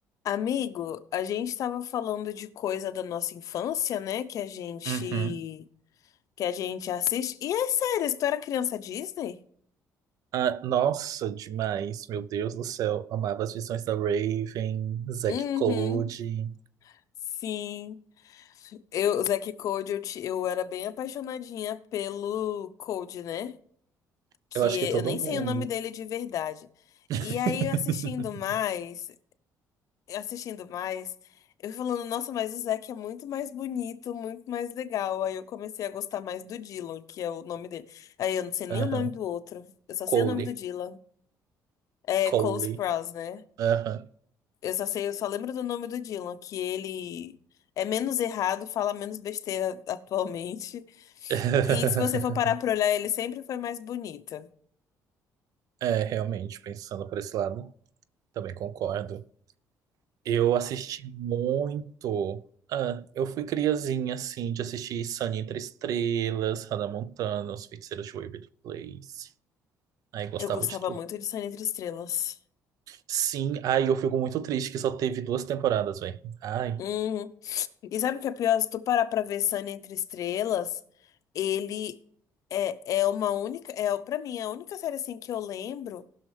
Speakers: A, on the left (about 60°); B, on the right (about 65°).
A: Amigo, a gente estava falando de coisa da nossa infância, né? Que a gente
B: Uhum.
A: que a gente assiste. E é sério, se tu era criança Disney?
B: Ah, nossa, demais, meu Deus do céu. Amava as visões da Raven, Zack
A: Uhum.
B: Cody.
A: Sim. Eu, o Zack e Cody, eu, ti- eu era bem apaixonadinha pelo Cody, né? Que
B: Eu acho
A: é-
B: que todo
A: eu nem
B: mundo.
A: sei o nome dele de verdade.
B: <laughs>
A: E aí, assistindo mais, assistindo mais, eu falando, nossa, mas o Zac é muito mais bonito, muito mais legal. Aí eu comecei a gostar mais do Dylan, que é o nome dele. Aí eu não sei nem
B: Aham.
A: o nome do outro. Eu só
B: Cole.
A: sei o nome do Dylan. É
B: Cole.
A: Cole Sprouse, né?
B: Aham.
A: Eu só sei, eu só lembro do nome do Dylan, que ele é menos errado, fala menos besteira atualmente.
B: <laughs>
A: E se você for parar pra olhar, ele sempre foi mais bonito.
B: É, realmente, pensando por esse lado, também concordo. Eu assisti muito. Ah, eu fui criazinha, assim, de assistir Sunny Entre Estrelas, Hannah Montana, Os Feiticeiros de Waverly Place. Aí gostava
A: Eu gostava
B: de tudo.
A: muito de Sonho Entre Estrelas.
B: Sim, ai, eu fico muito triste que só teve duas temporadas, velho. Ai.
A: Uhum. E sabe o que é pior? Se tu parar pra ver Sunny Entre Estrelas, ele é, é uma única, é para mim, é a única série assim que eu lembro